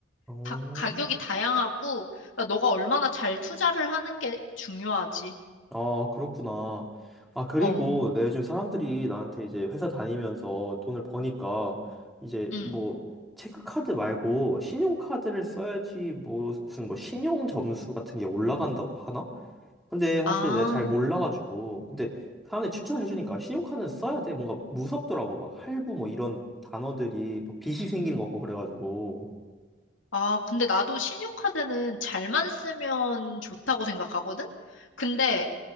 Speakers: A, in the centre; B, on the left (about 80°).
A: 어.
B: 다 가격이 다양하고, 그러니까 너가 얼마나 잘 투자를 하는 게 중요하지.
A: 아, 그렇구나. 아, 그리고
B: 어,
A: 내 요즘 사람들이 나한테 이제 회사 다니면서 돈을 버니까 이제
B: 응.
A: 뭐 체크카드 말고 신용카드를 써야지 뭐 무슨 뭐 신용 점수 같은 게 올라간다고 하나? 근데 사실
B: 아,
A: 내가 잘 몰라가지고 근데 사람들이 추천해 주니까 신용카드는 써야 돼. 뭔가 무섭더라고. 막 할부 뭐 이런 단어들이 막 빚이 생기는 것 같고 그래가지고.
B: 아, 근데 나도 신용카드는 잘만 쓰면 좋다고 생각하거든? 근데